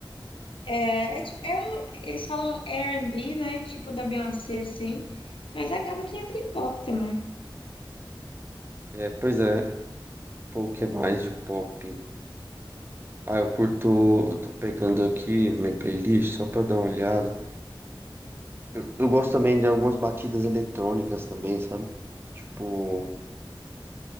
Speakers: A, on the left; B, on the right.
A: É, é, tipo- é um, eles falam R&B, né? Tipo da Beyoncé, assim, mas acaba que entra em pop também.
B: É, pois é. Pô, o que mais de pop? Ah, eu curto. Eu tô pegando aqui minha playlist só pra dar uma olhada. Eu, eu gosto também de algumas batidas eletrônicas também, sabe? Tipo,